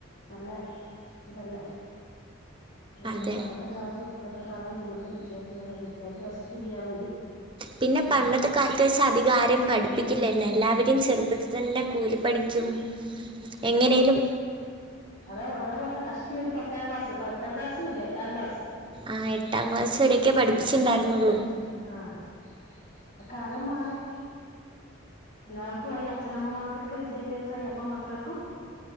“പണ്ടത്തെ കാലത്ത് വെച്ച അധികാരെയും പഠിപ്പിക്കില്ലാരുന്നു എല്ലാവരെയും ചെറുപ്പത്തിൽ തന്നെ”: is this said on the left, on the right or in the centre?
Right